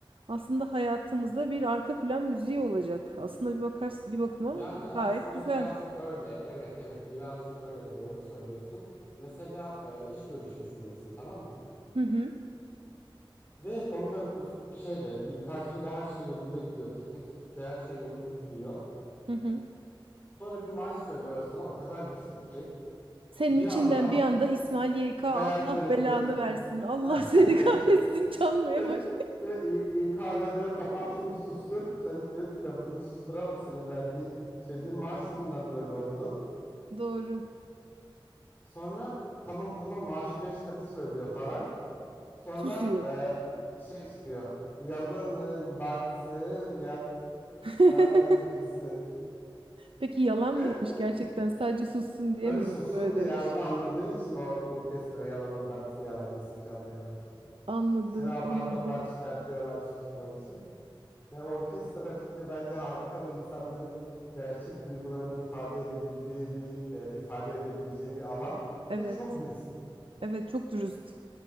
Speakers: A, on the right; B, on the left.
A: aslında hayatımızda bir arka plan müziği olacak. Aslında bir bakarsın bir bakıma
B: Yani aslında
A: gayet güzel.
B: birazcık öyle. Evet evet birazcık öyle doğru söylüyorsun. Mesela e, iş görüşmesindesin tamam mı?
A: Hı hı,
B: Ve onda p- şeyle İK'cı ile her şey yolunda gidiyor. Teknik ekiple her şey yolunda gidiyor.
A: hı hı.
B: Sonra bir maaş söylüyor sana o kadar düşük ki
A: Senin
B: bir
A: içinden
B: anda
A: bir anda İsmail YK
B: hayal
A: Allah
B: kırıklığı.
A: belanı versin. Allah
B: <laughs>
A: seni <laughs> kahretsin çalmaya
B: <laughs>
A: baş.
B: Ve İ- İK'da diyor kapat şunu sustur. Sen diyorsun ki ben bunu susturamam. Senin verdiğin, söylediğin maaş yüzünden böyle oldu.
A: Doğru.
B: Sonra tamam tamam maaşı 5 katı söylüyor falan. Sonra
A: Susuyor.
B: e, şey çıkıyor. Yalanın batsın
A: <laughs>
B: yalancısın.
A: Peki yalan
B: <laughs>
A: mıymış gerçekten sadece sussun diye
B: Tabii
A: mi
B: sussun
A: böyle demiş?
B: diye yani onu anladığı için or orkestra yalanın batsın yalancısın çalmaya başlıyor.
A: Anladım,
B: Seni apar
A: anladım.
B: topar çıkartıyorlar susman için. Ya orkestra fikri bence harika ve insanların gerçek duygularını ifade edebildiği bir e, ifade edebileceği bir alan
A: Evet,
B: ve çok dürüst.
A: evet çok dürüst.